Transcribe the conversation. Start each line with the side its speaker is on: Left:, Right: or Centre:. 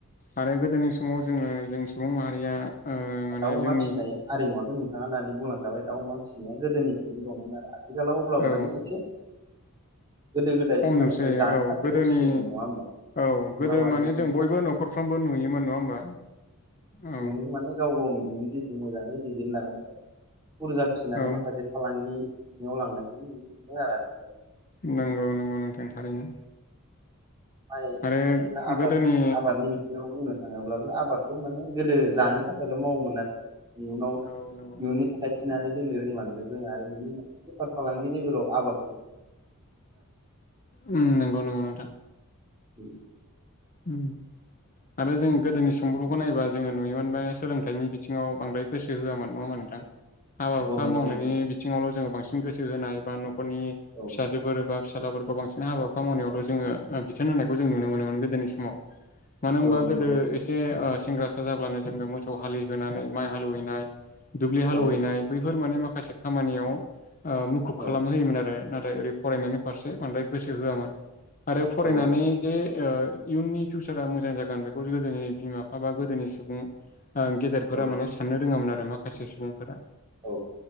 Left: आरो गोदोनि समाव जोङो जों सुबुं माहारिया ओ माने
Right: दाउ अमा
Left: जोंनि
Right: फिसिनाय आरिमुवाथ' नोंथाङा दानि बुंलांखाबाय दा अमा फिसिनाया गोदोनिफ्रायनो दंमोन आरो आथिखालाव अब्लाबो
Left: औ
Right: माने एसे गोदो गोदायथ'
Left: खम
Right: माने
Left: नुसै
Right: जानो
Left: औ
Right: थाखायथ'
Left: गोदोनि
Right: फिसियोमोन नङा होमबा
Left: औ
Right: आथिखालाव
Left: गोदो
Right: आरो
Left: माने
Right: जेनेबा
Left: जों बयबो न'खरफ्रामबो नुयोमोन नङा होमबा औ
Right: बेयाव माने गाव गावनि इयुन जिउखौ मोजाङै दैदेनलांनो थाखाय बुरजा फिसिनानै
Left: औ
Right: माखासे फालांगि बिथिङाव लांनायखौबो नुनो मोनदों आरोखि
Left: नंगौ नंगौ नोंथां थारैनो!
Right: माइ
Left: आरो
Right: म आबाद
Left: गोदोनि
Right: आबादनि बिथिङाव बुंनो थाङोब्लाबो आबाद बेखौ माने गोदो जानो थाखायल मावोमोन आरो। इयुनाव
Left: औ नंगौ
Right: इयुननि
Left: नंगौ नोंथां
Right: थाखाय थिनानै दोननो रोंलङो जों आरो बिनि बेफार फालांगि लेभेलाव आबाद
Left: उम नंगौ नंगौ नोंथां
Right: उ
Left: उ आरो जों गोदोनि समब्रखौ नायबा जोङो नुयोमोनबा सोलोंथाइनि बिथिङाव बांद्राय गोसो होआमोन नङा होनबा <unintelligible> नोंथां हाबा हुखा
Right: औ नंगौ
Left: मावनायनि
Right: नंगौ
Left: बिथिङावल जोङो बांसिन गोसो होनाय एबा नखरनि
Right: औ
Left: फिसाजोफोर एबा फिसालाफोरखौ बांसिन हाबा हुखा मावनायावल' जोङो बिथोन होनायखौ जों नुनो मोनोमोन गोदोनि समाव मानो होनबा
Right: औ नंगौ
Left: गोदो
Right: नंगौ
Left: एसे ओ सेंग्रासा जाब्लानो जोङो मोसौ हालिहोनानै माइ हालौवहैनाय दुब्लि हालेवहैनाय
Right: औ
Left: बैफोर माने माखासे खामानियाव ओ मुखुब खालाम
Right: औ
Left: होयोमोन आरो नाथ ओरै फरायनायनि फारसे बांद्राय गोसो होआमोन आरो फरायनानै
Right: औ औ
Left: जे ओ इयुननि फिउचारा मोजां जागोन बेखौ गोदोनि बिमा बिफा बा गोदोनि सुबुं ओं गेदेरफोरा
Right: औ
Left: माने साननो रोङामोन आरो माखासे सुबुंफोरा
Right: औ